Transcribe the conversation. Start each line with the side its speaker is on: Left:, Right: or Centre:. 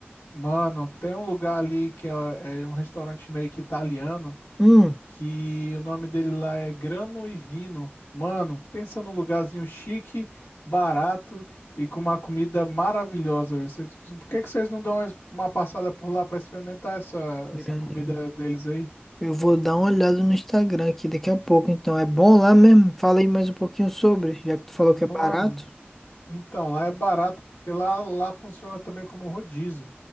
Left: Mano, tem um lugar ali que é, é um restaurante meio que italiano.
Centre: Hum,
Left: que o nome dele lá é Grano e Vino. Mano, pensa num lugarzinho chique, barato e com uma comida maravilhosa. Eu sei- Por que que vocês não dão uma uma passada por lá para experimentar essa,
Centre: grande.
Left: essa comida deles aí?
Centre: Eu vou dar uma olhada no Instagram aqui daqui a pouco, então. É bom lá mesmo? Fala aí mais um pouquinho sobre, já que tu
Left: Mano.
Centre: falou que é barato.
Left: Então, lá é barato, porque lá, lá funciona também como rodízio.